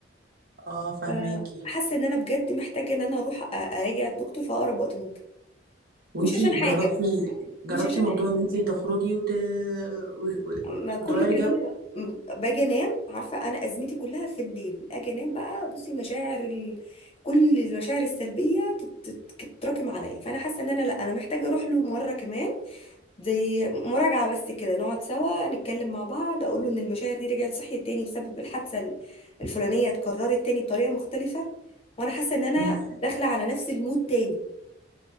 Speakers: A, on the right; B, on the left.
A: آه، فهماكي
B: فحاسة ان انا بجد محتاجة ان انا اروح أ- اراجع الدكتور في اقرب وقت ممكن
A: وانتي
B: مش عشان حاجة
A: جربتي جربتي
B: مش عشان
A: موضوع
B: حاجة
A: ان انتي تخرجي وت... و... و...
B: ما كل
A: وتغيري
B: الكلام
A: جو
B: ده م- باجي انام عارفة انا ازمتي كلها في الليل اجي انام بقى بصي مشاعر ال... كل المشاعر السلبية تت- تت- تتراكم عليا فانا حاسة ان انا لا انا محتاجة اروح له مرة كمان زي مراجعة بس كده نقعد سوا نتكلم مع بعض اقول له ان المشاعر دي رجعت صحيت تاني بسبب الحادثة الفلانية اتكررت تاني بطريقة مختلفة وانا حاسة ان انا
A: مم.
B: داخلة على نفس المود تاني